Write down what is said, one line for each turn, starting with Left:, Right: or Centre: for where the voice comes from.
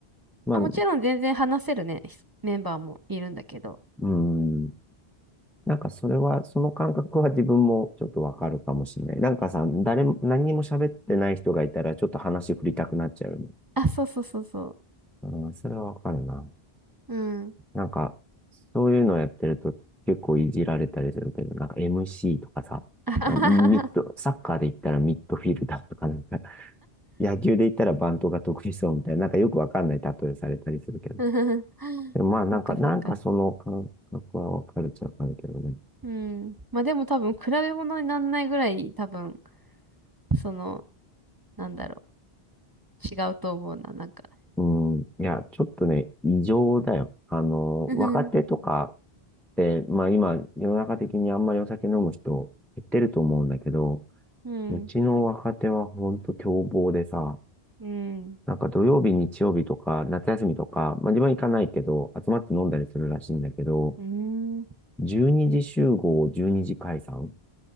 Centre: まあ、
Right: まあ、もちろん全然話せるね、ひメンバーもいるんだけど。
Centre: うん。なんかそれは、その感覚は自分もちょっとわかるかもしれない。なんかさ、誰も、何にも喋ってない人がいたら、ちょっと話振りたくなっちゃうよね。
Right: あ、そうそうそうそ
Centre: うん、それはわかるな。
Right: う。うん。
Centre: なんか、そういうのやってると結構いじられたりするけど、なんか MC とかさ、
Right: <laughs> あはははは。
Centre: なんかミッド、サッカーで言ったらミッドフィルダーとかなんか、<laughs> 野球で言ったらバントが得意そうみたいな、なんかよくわかんない例えされたりするけど。
Right: うん
Centre: でもまあなんか、
Right: そっかそっか。
Centre: なんかその感覚はわかるっちゃわかるけどね。
Right: うん。まあでも多分比べ物にならないぐらい多分その、なんだろう、違うと思うな、なんか。
Centre: うん、いや、ちょっとね、異常だよ。あの、
Right: <laughs>
Centre: 若手とかって、まあ今、世の中的にあんまりお酒飲む人減ってると思うんだけど、
Right: うん、
Centre: うちの若手はほんと凶暴でさ、
Right: うん、
Centre: なんか土曜日、日曜日とか、夏休みとか、まあ自分は行かないけど、集まって飲んだりするらしいんだけど、
Right: うん。
Centre: 12時集合、12時解散